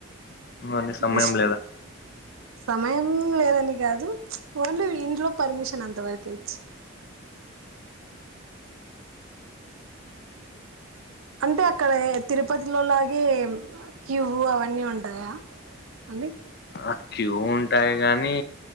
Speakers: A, on the left; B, on the right.
A: ఊ అండీ సమయం
B: నెక్స్ట్
A: లేదా
B: సమయం లేదని కాదు ప్చ్ ఓన్లీ ఇంట్లో పర్మిషన్ అంతవరకే ఇచ్చరు అంటే అక్కడ తిరుపతిలోలాగే క్యూ అవన్నీ ఉంటాయా అండి
A: ఆ క్యూ ఉంటాయి గాని